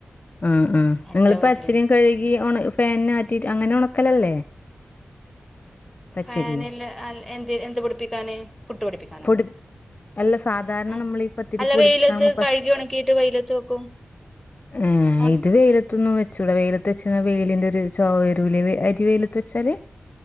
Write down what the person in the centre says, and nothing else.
എന്റെ വീട്ടില്
ഫാനില് എന്ത് എന്ത് പൊടിപ്പിക്കാന് പുട്ട് പൊടിപ്പിക്കാനാ
അഹ്
അല്ല
വെയിലത്ത് കഴുകി ഒണക്കീട്ട് വെയിലത്ത് വെക്കും.
ഒണ